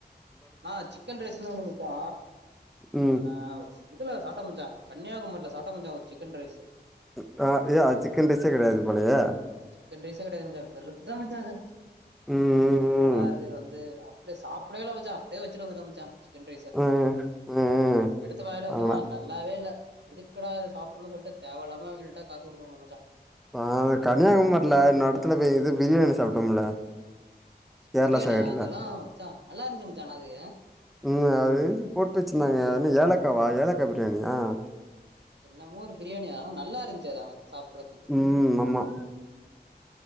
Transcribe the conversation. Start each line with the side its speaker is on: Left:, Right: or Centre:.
Right: ஆ சிக்கன் ரைஸ்னு ஒண்ணு மச்சா
Centre: ம்
Right: ஆ இதுல சாப்ட்ட மச்சா கன்னியாகுமரில சாப்ட்ட மச்சா ஒரு சிக்கன் ரைஸ்ஸு
Centre: ம் ஆ ஏ அது சிக்கன் ரைச்செ கெடையாது போலயே
Right: சிக்கன் ரைஸ்ஸே கெடையாது மச்சா வெறுத்துட மச்சா அத
Centre: ம் ம்
Right: ஹாடா அது வந்து அப்டே சாப்டவே இல்ல மச்சா அப்டே வச்சுட்டு வந்துட்ட மச்சா சிக்கன் ரைஸ்ஸ
Centre: ம் ம் ம் ம்
Right: எடுத்து வாயில வச்சேனா
Centre: ஆமா
Right: நல்லாவே இல்ல எதுக்கடா அத சாப்புணு சொல்ட்டு தேவல்லாம அவுங்கள்ட கச குடுத்து வந்தே மச்சா
Centre: அ இந்த கன்னியாகுமரல இன்னொ எடத்துல போய் இது ப்ரியாணி சாப்ட்டோம்ல கேரளா
Right: ப்ரியாணி
Centre: சைடுல
Right: அதெல்லா மச்சா நல்லா இருச்சு மச்சா ஆன அது
Centre: ம் அது எதுக்கு போட்டு வச்சுருந்தாங்க அது என்னா ஏலக்காவா ஏலக்கா ப்ரியாணியா
Right: என்னமோ ஒரு ப்ரியாணி ஆனா நல்லா இருந்ச்சு அது ஆனா சாப்டடுறதுக்கு
Centre: ம் ஆமா